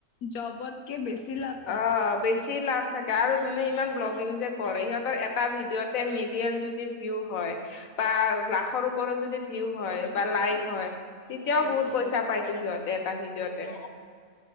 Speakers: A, on the left; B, on the left.
A: জবতকে বেছি লাভ তাত
B: অহ' বেছি লাভ- থাকে আৰু যোনে ইমান ব্লগিং যে কৰে সিহঁতৰ এটা ভিডিঅ'তে মিলিয়ন যদি ভিউ হয়- বা লাখৰ ওপৰত যদি ভিউ হয় বা লাইক হয়- তেতিয়াও বহুত পইচা পাইতো সিহঁতে এটা ভিডিঅ'তে।